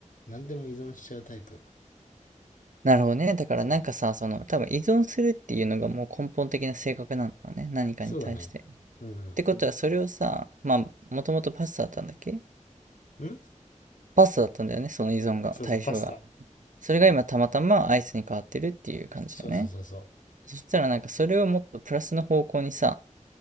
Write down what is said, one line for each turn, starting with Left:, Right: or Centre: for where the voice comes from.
Left: 何でも依存しちゃうタイプ。
Right: なるほどね。だからなんかさ、
Left: そう。
Right: その、多分依存するっていうのがもう根本的な性格なんだろうね。何かに対して。
Left: そうだね。うん
Right: ってことは、それをさ、まあ、もともとパスタだったんだっけ
Left: うん。ん
Right: パスタだったんだよね、その依存が、
Left: そうそう、
Right: 対象が。
Left: パスタ。
Right: それが今たまたまアイスに変わってるっていう感じだよね。
Left: そうそうそうそ
Right: そしたらなんかそれをもっとプラスの方向にさ、